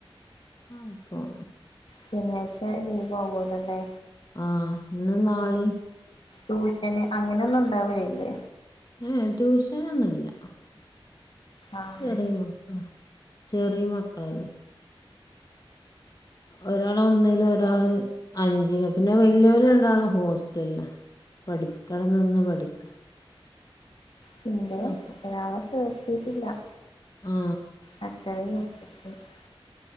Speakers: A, on the left; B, on the left.
A: അയ്പ്പം
B: ശനിയാഴ്ച്ച ലീവ് ആവുല്ലല്ലേ
A: ആഹ് ഇന്നും നാളെ
B: ടൂഷന് അങ്ങനൊന്നും ഉണ്ടാവൂല്ലല്ലേ
A: ഏഹ് ട്യൂഷനൊന്നുല്ല
B: ആഹ്
A: ചെറിയ മക്കളാ ചെറിയ മക്കളാന്ന് ഒരാള് ഒന്നിലും ഒരാള് അഞ്ചിലു പിന്നെ വല്യോരു രണ്ടാളു ഹോസ്റ്റല്ല പഠിക്കണ നിന്ന് പഠിക്ക
B: പിന്റെ
A: അപ്പൊ
B: ഒരാള ചേർത്തീട്ടില്ല
A: ആ
B: <unintelligible>